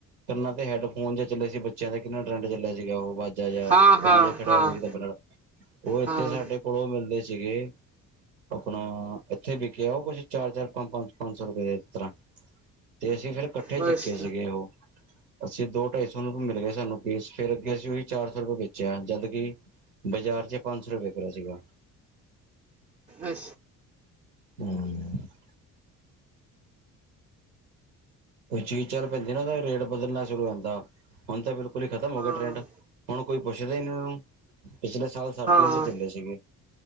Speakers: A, on the right (about 80°); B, on the right (about 15°).
A: ਕੰਨਾਂ'ਤੇ ਹੈਡਫੋਨ ਜੇ ਚੱਲੇ ਸੀ, ਬੱਚਿਆਂ ਦਾ ਕਿੰਨਾ ਟਰੈਂਡ ਚੱਲਿਆ ਸੀਗਾ, ਉਹ ਵੱਲ
B: ਹਾਂ ਹਾਂ
A: ਕੰਨ ਜੇ ਖੜੇ
B: ਹਾਂ
A: ਹੁੰਦੇ ਸੀ, ਦਬਨ ਨਾਲ, ਉਹ ਇੱਥੇ
B: ਹਾਂ
A: ਸਾਡੇ ਓਹ ਮਿਲਦੇ ਸੀਗੇ, ਆਪਣਾ ਇੱਥੇ ਵਿਕਿਆ ਉਹ ਕੁਛ ਚਾਰ-ਚਾਰ ਪੰਜ-ਪੰਜ ਸੌ ਰੁਪਏ ਇਸ ਤਰ੍ਹਾਂ ਤੇ ਅਸੀਂ ਫਿਰ ਇਕੱਠੇ
B: ਬਸ
A: ਚੱਕੇ ਸੀਗੇ, ਉਹ। ਅਸੀਂ ਦੋ ਢਾਈ ਸੌ ਨੂੰ ਮਿਲ ਗਏ ਸਾਨੂੰ ਪੀਸ, ਫੇਰ ਅੱਗੇ ਅਸੀਂ ਉਹੀ ਚਾਰ ਸੌ ਰੁਪਏ ਵੇਚਿਆ ਜਦ ਕਿ। ਬਾਜ਼ਾਰ 'ਚ ਪੰਜ ਸੌ ਰੁਪਏ ਵਿਕ‌‌ ਰਿਹਾ ਸੀਗਾ।
B: ਅੱਛਾ।
A: ਹਮ <inaudible> ਕੋਈ ਚੀਜ ਚੱਲ ਪੈਂਦੀ ਨਾ ਰੇਟ ਬਦਲਣਾ ਸ਼ੁਰੂ ਹੋ ਜਾਂਦਾ, ਹੁਣ ਤਾਂ ਬਿਲਕੁਲ ਹੀ ਖਤਮ ਹੋ
B: ਹਾਂ
A: ਗਿਆ ਟਰੈਂਡ। ਹੁਣ ਕੋਈ ਪੁੱਛਦਾ ਹੀ ਨਹੀਂ ਉਹਨਾਂ ਨੂੰ, ਪਿਛਲੇ ਸਾਲ ਸਰਦੀਆਂ
B: ਹਾਂ
A: 'ਚ ਚੱਲੇ ਸੀਗੇ